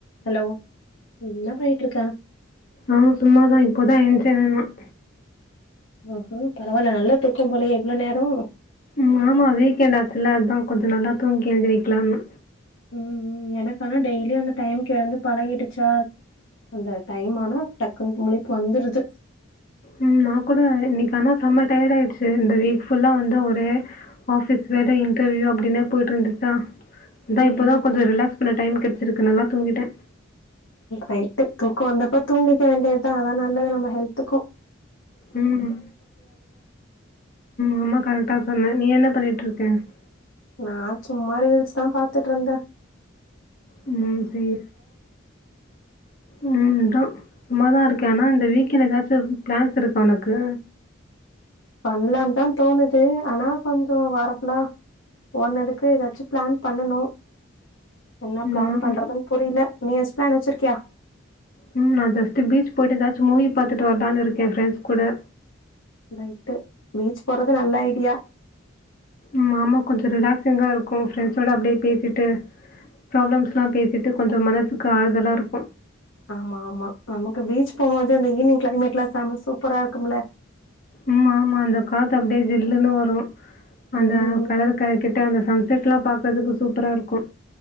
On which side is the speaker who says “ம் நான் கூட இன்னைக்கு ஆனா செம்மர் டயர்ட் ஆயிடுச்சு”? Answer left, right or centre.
Left